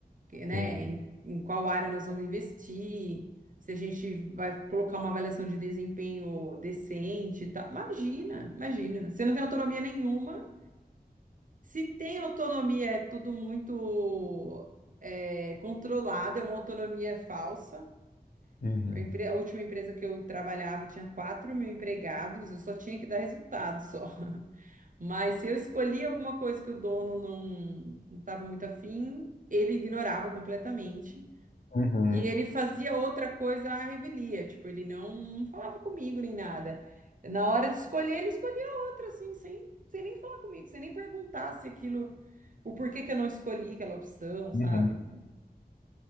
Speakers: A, on the right; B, on the left.
A: que, né,
B: uhum,
A: em, em qual área nós vamos investir, se a gente vai colocar uma avaliação de desempenho decente e tal. Imagina, imagina, você não tem autonomia nenhuma. Se tem autonomia, é tudo muito é, controlado, é uma autonomia falsa.
B: uhum,
A: A, empre- a última empresa que eu trabalhava tinha quatro mil empregados, eu só tinha que dar resultado só. <laughs> Mas se eu escolhia alguma coisa que o dono não estava muito afim, ele ignorava completamente.
B: uhum,
A: E ele fazia outra coisa à revelia, tipo, ele não, não falava comigo nem nada. Na hora de escolher, ele escolhia outra, assim, sem, sem nem falar comigo, sem nem perguntar se aquilo, o porquê que eu não escolhi aquela opção,
B: uhum,
A: sabe? Então,